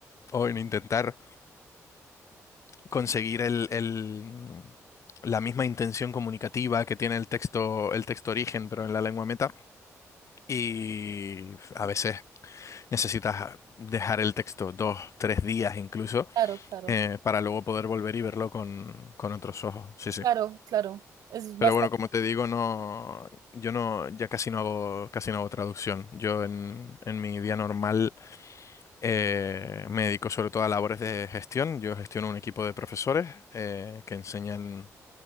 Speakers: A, on the left; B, on the right.
A: o en intentar conseguir el, el- la misma intención comunicativa que tiene el texto, el texto origen, pero en la lengua meta. Y a veces necesitas dejar el texto dos, tres días incluso,
B: Claro, claro,
A: eh, para luego poder volver y verlo con, con otros ojos. Sí, sí.
B: claro, claro. Es bastante.
A: Pero bueno, como te digo, no, yo no, ya casi no hago, casi no hago traducción. Yo en, en mi día normal eh, me dedico sobre todo a labores de gestión. Yo gestiono un equipo de profesores eh, que enseñan